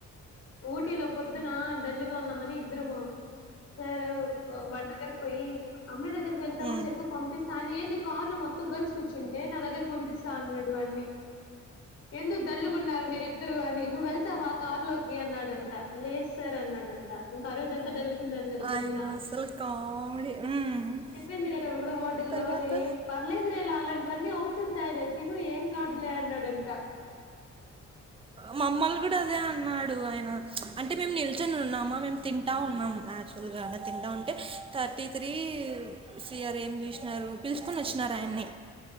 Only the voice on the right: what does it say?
హ్మ్.
ఆయన
అసలు కామెడీ. హ్మ్.
తర్వాత
మా అమ్మలు కూడా అదే అన్నాడు ఆయన అంటే మేము నిల్చొని ఉన్నాం అమ్మా మేము తింటా ఉన్నాం నాచువల్ గా తింటా ఉంటే థర్టీ త్రీ సిఆర్ ఏం చేసినారు పిలుచుకొని వచ్చినారు ఆయన్ని